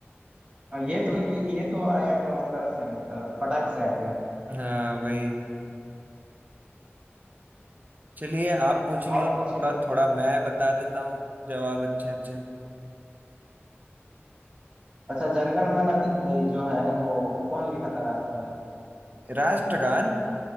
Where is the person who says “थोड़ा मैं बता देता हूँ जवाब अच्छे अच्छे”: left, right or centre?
Right